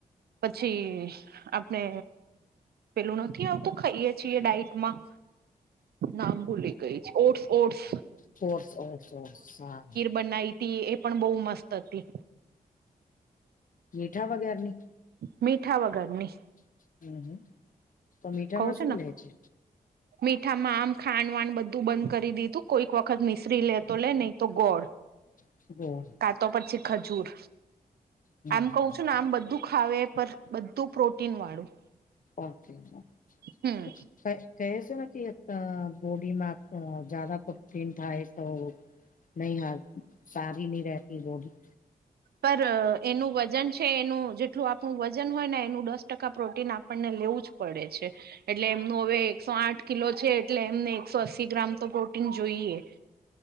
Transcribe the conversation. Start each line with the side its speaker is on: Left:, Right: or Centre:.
Right: પછી આપણે પેલું નથી આવતુ ખાઈએ છીએ ડાઇટમાં. નામ ભૂલી ગઈ છુ ઓટ્સ ઓટ્સ
Left: ઓટ્સ હા.
Right: બનાઈ તી એ પણ બહુ મસ્ત હતી.
Left: <unintelligible> વગરની
Right: મીઠા વગરની.
Left: <unintelligible> તો મીઠામાં
Right: ખવ સે
Left: શું
Right: ને
Left: લે છે?
Right: મીઠામાં આમ ખાંડ વાંડ બધું બંધ કરી દીધું કોઈક વખત મિશ્રી લે તો લે નહી તો ગોળ <inaudible>
Left: <unintelligible>
Right: કા તો પછી ખજૂર
Left: હમ
Right: આમ
Left: હમ
Right: કવ છ ના આમ બધું ખાવે પર બધું પ્રોટીન વાળું.
Left: ઓકે
Right: હમ
Left: <unintelligible> કહે શે ને કે એક બોડીમાં જ જાદા પ્રોટીન થાય તો નહી હારું સારી ની રહેતી વો બી
Right: પર એનું વજન છે એનું જે ટલું આપણું વજન હોય ને એનું દસ ટકા પ્રોટીન આપણને લેવું જ પડે છે. એટલે એમનું હવે એકસો આઠ કિલો છે એટલે એમને એકસો અસ્સી ગ્રામ તો પ્રોટીન જોઈએ.